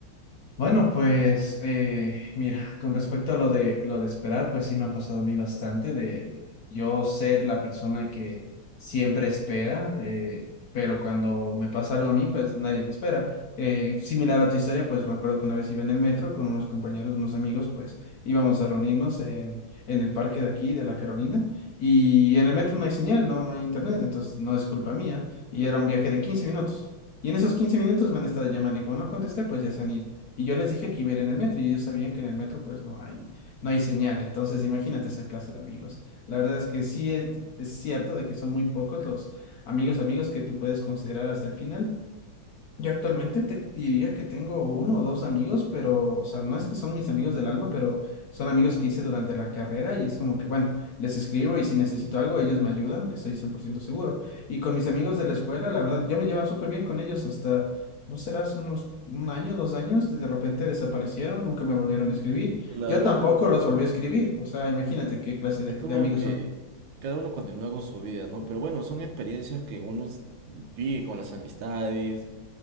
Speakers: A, on the left; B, on the right.
A: Bueno, pues eh, mira, con respecto a lo de lo de esperar, pues sí me ha pasado a mí bastante de, de yo ser la persona que siempre espera, eh, pero cuando me pasa algo a mí, pues nadie me espera. Eh, similar a tu historia, pues me acuerdo que una vez iba en el metro con unos compañeros, unos amigos, pues íbamos a reunirnos en, en el parque de aquí, de la Carolina, y en el metro no hay señal, no, no hay internet, entonces no es culpa mía, y era un viaje de 15 minutos. Y en esos 15 minutos me han estado llamando y como no contesté, pues ya se han ido. Y yo les dije que iba a ir en el metro y ellos sabían que en el metro pues no hay, no hay señal. Entonces imagínate esa clase de amigos. La verdad es que sí es, es cierto de que son muy pocos los amigos, amigos que tú puedes considerar hasta el final, yo actualmente te diría que tengo uno o dos amigos, pero, o sea, no es que son mis amigos del alma, pero son amigos que hice durante la carrera y es como que, bueno, les escribo y si necesito algo, ellos me ayudan, estoy 100% seguro. Y con mis amigos de la escuela, la verdad, yo me llevaba súper bien con ellos hasta, no serás unos un año, dos años, de repente desaparecieron, nunca me volvieron
B: Mm,
A: a escribir.
B: Claro,
A: Yo tampoco
B: es como que,
A: los volví a escribir, o sea, imagínate qué clase de
B: es como
A: de amigos
B: que
A: son.
B: cada uno continúa con su vida, ¿no? Pero bueno, son experiencias que uno s- vive con las amistades.